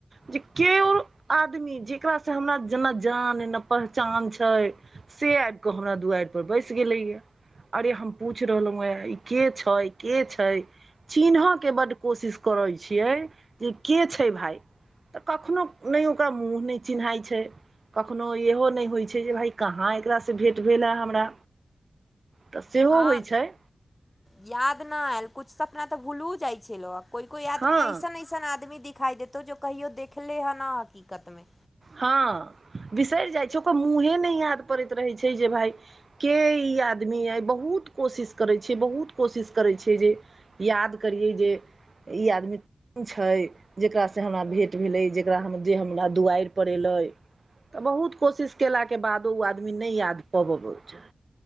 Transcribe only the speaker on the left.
हँ
याद नहि आयल किछु सपना तऽ भूलू जाइ छै लोक कोइ कोइ
आदमी अइसन अइसन आदमी दिखाइ देतौ जो कहियो देखले हँ न हकीकतमे